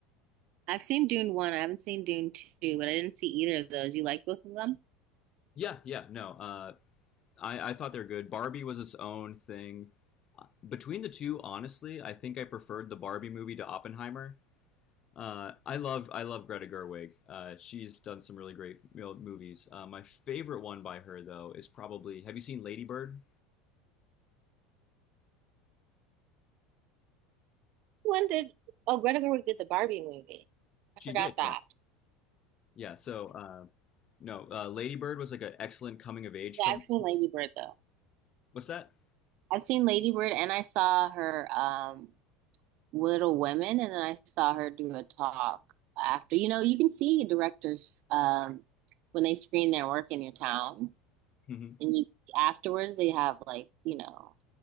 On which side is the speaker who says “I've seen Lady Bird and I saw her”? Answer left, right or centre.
Right